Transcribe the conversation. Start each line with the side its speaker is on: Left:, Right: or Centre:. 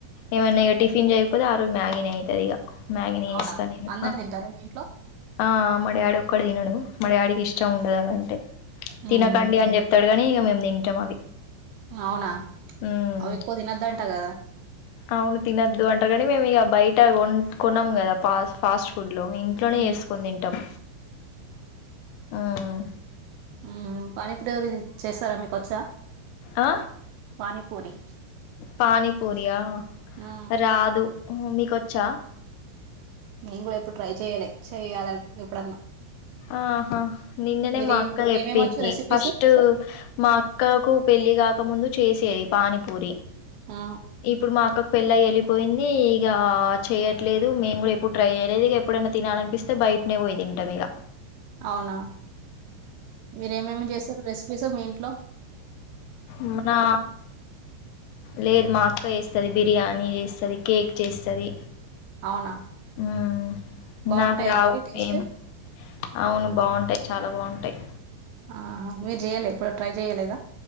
Left: ఏమన్నా ఇగ టిఫిన్ చేయకపోతే ఆ రోజు మ్యాగీనే అయితది ఇగ మ్యాగినే
Right: అవునా
Left: చేస్తా నేను
Right: అందరు తింటారా మీ ఇంట్లో
Left: ఆ మా డాడీ ఒక్కడే తన్నడు మా డాడీకి ఇష్ <unintelligible> తినకండి
Right: ఉహు
Left: అని చెప్తాడు. కానీ ఇక మేమ్ తింటాం అవి
Right: అవునా
Left: ఉమ్.
Right: అవేక్కువ దినదంట గదా
Left: అవును తినద్దు అంటాడ్ కానీ మేము ఇక బయట కొ కొన్నాము కదా ఫ ఫాస్ట్ ఫుడ్ లో ఇంట్లోనే
Right: ఉమ్
Left: చేస్కొని తింటాం మ్మ్
Right: మ్మ్ పాని <unintelligible> చేస్తారా మీకు వచ్చా
Left: ఆ
Right: పానీపూరి
Left: పానీపూరియా
Right: ఆ
Left: రాదు హ్మ్ హు మీకొచ్చా
Right: నేను కూడా ఎప్పుడు ట్రై చెయ్యాలె చెయ్యాలన్ ఎప్పుడన్నా
Left: ఆహా నిన్ననే
Right: మీరేమి
Left: మా అక్క
Right: మీకేమేమి
Left: చెప్పింది
Right: వచ్చు రెసిపీస్
Left: ఫస్ట్ మా అక్కకు పెళ్ళి కాకముందు చేసేది పానీపూరి
Right: ఆ
Left: ఇప్పుడు మా అక్కక్ పెళ్లై ఎల్లి పోయింది ఇగ చేయట్లేదు మేము కూడా ఎప్పుడు ట్రై చేయలేదు ఇక ఎప్పుడైనా తినాలినిపిస్తే బయటనే పోయి తింటాం ఇగ
Right: అవునా మీర ఏమేమి చేస్తారు రెసిపీస్ మీ ట్లో
Left: మ్మ్ నా లేదు మా అక్క చేస్తది బి బిర్యానీ చేస్తది కేక్ చేస్తది
Right: అవునా
Left: మ్మ్
Right: బాగుంటాయా
Left: నాకు రావు
Right: మరి టేస్ట్
Left: ఏం అవును బాగుంటాయి చాలా బాగుంటాయి
Right: ఆ మీరు చెయాలి ఎప్పుడు ట్రై చెయ్యాలేదా